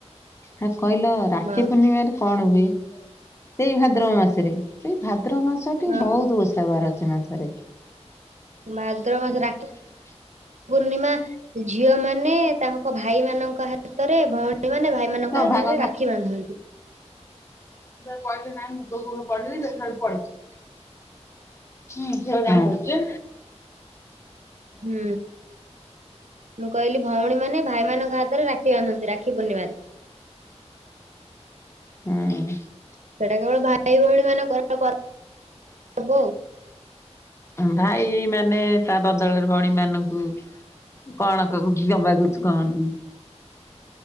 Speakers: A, on the left; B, on the right.
A: ଆ କହିଲ ରାକ୍ଷୀ
B: ହଁ
A: ପୂର୍ଣ୍ଣିମାରେ କଣ ହୁଏ ସେଇ ଭାଦ୍ରବ ମାସରେ ସେଇ ଭାଦ୍ର ମାସ ଟି
B: ହଁ
A: ଭଉତ ଓ ସା ବାର ସେ ସେମାରେ।
B: ଭାଦ୍ରବ ମାସ ରାକ୍ଷୀ
A: <inaudible>
B: ପୂର୍ଣ୍ଣିମା ଝିଅ ମାନେ ତାଙ୍କ ଭାଇ ମାନଙ୍କ ହାତରେ ଭଉଣୀ ମାନେ ଭାଇ ସେମାନଙ୍କ
A: ସେତ ଅଭା
B: ହାତରେ
A: କଥା।
B: ରାକ୍ଷୀ ବାନ୍ଧନ୍ତି।
A: ମୁ ତାକୁ କହିଲି ନା ମୁଗ ଫୁଗ ପଡିନି ଦେଖିଲା ବେଳକୁ ପଡିଛି। ନିଯେ ଗାଉଛୁ।
B: ହୁଁ ମୁଁ କହିଲି ଭଉଣୀ ମାନେ ଭାଇମାନ ଙ୍କ ହାତରେ ରାକ୍ଷୀ ବାନ୍ଧନ୍ତି ରାକ୍ଷୀ ପୂର୍ଣିମାରେ।
A: ହୁଁ।
B: ସେଇଟା କେବଳ ଭାଇ ଭଉଣୀ ମାନଙ୍କର ପର୍ବ ଆଉ।
A: ଭାଇ ମାନେ ତା ବଦଳରେ ଭଉଣୀ ମାନଙ୍କୁ କଣ କହୁ ଦବାକୁଛି କହନ୍ତି।